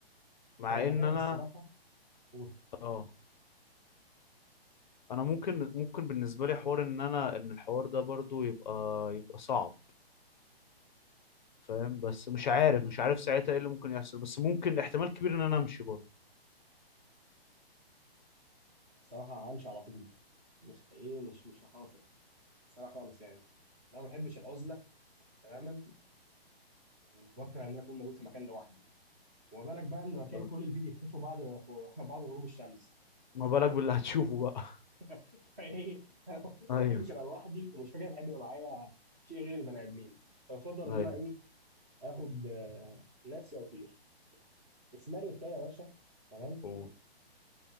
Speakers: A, on the left; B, on the right.
A: مع
B: انا لو مكانك
A: ان انا
B: الصراحه قول
A: اه انا ممكن ممكن بالنسبة لي حوار ان انا ان الحوار ده برضو يبقى يبقى صعب فاهم بس مش
B: هو
A: عارف
B: بال-
A: مش عارف ساعتها ايه اللي ممكن يحصل بس ممكن احتمال كبير ان انا امشي برضو
B: الصراحه همشي على طول مش ايه مش مش هخاطر الصراحه خالص يعني انا ما بحبش العزله تماما وبكره ان انا اكون موجود في مكان لوحدي وما بالك بقى ان مكان
A: آه.
B: كل اللي فيه بيختفوا بعد خو- <laughs> بعد غروب الشمس
A: ما بالك باللي هتشوفه بقى
B: <laughs> فايه انا
A: ايوه
B: ما بحبش ابقى لوحدي ومش فاكر بحب يبقى معايا شيء غير البني ادمين فافضل ان
A: ايوه
B: انا ايه اخد آه، نفسي واطير السيناريو التاني يا باشا تمام
A: أوه.